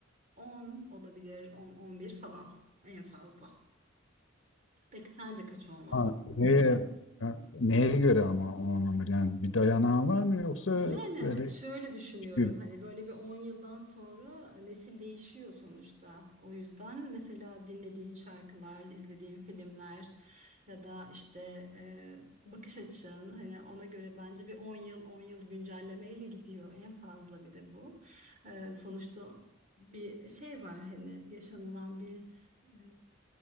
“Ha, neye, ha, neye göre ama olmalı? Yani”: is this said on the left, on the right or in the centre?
Left